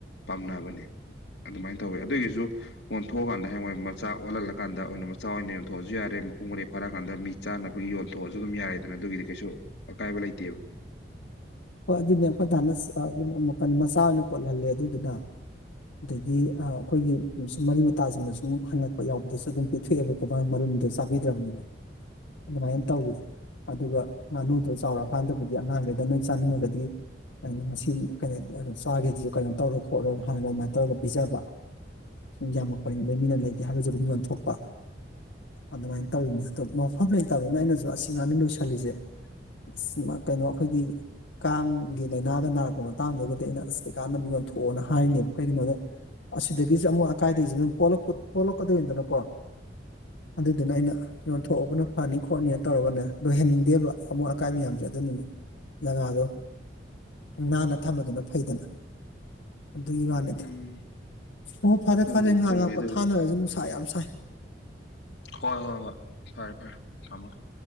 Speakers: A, on the left; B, on the left.
A: ꯄꯥꯝꯅꯕꯅꯦ ꯑꯗꯨꯃꯥꯏꯅ ꯇꯧꯋꯦ ꯑꯗꯨꯒꯩꯖꯨ ꯑꯣꯟꯊꯣꯛꯑꯀꯥꯟꯗ ꯍ꯭ꯌꯦꯡꯋꯥꯢ ꯃꯆꯥ ꯑꯣꯜꯍꯜꯂꯀꯥꯟꯗ ꯑꯣꯏꯅ ꯃꯆꯥ ꯑꯣꯏꯅ ꯌꯣꯟꯊꯣꯛꯑꯖꯨ ꯌꯥꯔꯦ ꯃꯄꯨꯡ ꯃꯔꯩ ꯐꯥꯔꯛꯑꯀꯥꯟꯗ ꯃꯤ ꯆꯥꯅꯕꯒꯤ ꯌꯣꯟꯊꯣꯛꯑꯖꯨ ꯑꯗꯨꯝ ꯌꯥꯔꯦꯗꯅ ꯑꯗꯨꯒꯤꯗꯤ ꯀꯩꯁꯨ ꯑꯀꯥꯏꯕ ꯂꯩꯇꯦꯕ
B: ꯍꯣꯏ ꯑꯗꯨꯅꯦ ꯑꯩꯈꯣꯏ ꯗꯥꯅ ꯆꯥ ꯑꯗꯨꯝ ꯃꯆꯥ ꯑꯣꯏꯅ ꯀꯣꯠꯍꯜꯂꯦ ꯑꯗꯨꯗꯨꯅ ꯑꯗꯒꯤ ꯑꯥ ꯑꯈꯣꯏꯒꯤ ꯁꯨꯝ ꯃꯔꯤ ꯃꯇꯥꯁꯤꯡꯗ ꯁꯨꯝ ꯍꯪꯉꯛꯄ ꯌꯥꯎꯕꯗꯁꯨ ꯗꯨꯝ ꯄꯤꯊꯣꯛꯑꯦꯕꯀꯣ ꯃꯥ ꯃꯔꯨꯝꯗꯣ ꯆꯥꯕꯤꯗ꯭ꯔꯝꯅꯤꯅ ꯑꯗꯨꯃꯥꯏꯅ ꯇꯧꯋꯤ ꯑꯗꯨꯒ ꯉꯥꯅꯨꯗꯨ ꯆꯥꯎꯔꯛꯑꯀꯥꯟꯗꯕꯨꯗꯤ ꯑꯉꯥꯡꯈꯩꯗ ꯅꯣꯏ ꯆꯥꯅꯤꯡꯉꯒꯗꯤ ꯉꯁꯤ ꯀꯩꯅꯣ ꯆꯥꯒꯦꯗꯨ ꯀꯩꯅꯣ ꯇꯧꯔꯣ ꯈꯣꯠꯂꯣ ꯍꯥꯢꯔꯒ ꯑꯗꯨꯃꯥꯏꯅ ꯇꯧꯔꯒ ꯄꯤꯖꯕ ꯁꯨꯝ ꯌꯥꯝꯃꯛꯄꯅꯤ ꯑꯗꯩ ꯃꯤꯅ ꯂꯩꯒꯦ ꯍꯥꯏꯒꯁꯨ ꯑꯗꯨꯝ ꯌꯣꯟꯊꯣꯛꯄ ꯑꯗꯨꯃꯥꯏꯅ ꯇꯧꯔꯤꯅꯤ ꯑꯗꯣ ꯃꯐꯝ ꯂꯩꯇꯝꯅꯤꯅ ꯑꯩꯅꯖꯨ ꯑꯁꯤ ꯉꯥꯅꯨ ꯂꯣꯏꯁꯜꯂꯤꯖꯦ ꯁꯤ ꯃꯥ ꯀꯩꯅꯣ ꯑꯈꯣꯏꯒꯤ ꯀꯥꯡꯒꯤ ꯂꯩꯅꯥꯒ ꯅꯥꯔꯛꯄ ꯃꯇꯥꯡꯗꯨꯒꯗꯤ ꯑꯩꯅ ꯑꯁ ꯀꯩꯀꯥꯟꯅꯝ ꯌꯣꯟꯊꯣꯛꯑꯣꯅ ꯍꯥꯏꯅꯦꯕ ꯀꯩꯒꯤꯅꯣꯗ ꯑꯁꯤꯗꯒꯤꯖꯨ ꯑꯃꯨꯛ ꯑꯀꯥꯏꯗꯒꯤꯖꯨ ꯗꯨꯝ ꯄꯣꯛꯂꯛ ꯄꯣꯛꯂꯛꯀꯗꯣꯏꯅꯤꯗꯅꯀꯣ ꯑꯗꯨꯗꯨꯅ ꯑꯩꯅ ꯌꯣꯟꯊꯣꯛꯑꯕꯅ ꯐꯅꯤ ꯈꯣꯠꯅꯤꯅ ꯇꯧꯔꯒꯅꯦ ꯂꯣꯏꯍꯟꯅꯤꯡꯗꯦꯕ ꯑꯃꯣꯠ ꯑꯀꯥꯏ ꯃꯌꯥꯝꯖꯦ ꯑꯗꯨꯗꯨꯅ ꯖꯒꯥꯥꯗꯣ ꯅꯥꯟꯅ ꯊꯝꯕꯗꯨꯅ ꯐꯩꯗꯅ ꯑꯗꯨꯒꯤ ꯋꯥꯅꯤꯗ
A: ꯎꯝ
B: ꯑꯣ ꯐꯔꯦ
A: ꯍꯣꯏꯅꯦ
B: ꯐꯔꯦ ꯉꯍꯥꯛ
A: ꯆꯨꯝꯃꯦ
B: ꯉꯍꯥꯛ ꯄꯣꯊꯅꯔꯖꯤ
A: ꯑꯗꯨꯕꯨ
B: ꯅꯨꯡꯁꯥ ꯌꯥꯝ ꯁꯥꯏ
A: ꯍꯣꯏ ꯍꯣꯏ ꯍꯣꯏ ꯐꯔꯦ ꯐꯔꯦ ꯊꯝꯃꯣ ꯊꯝ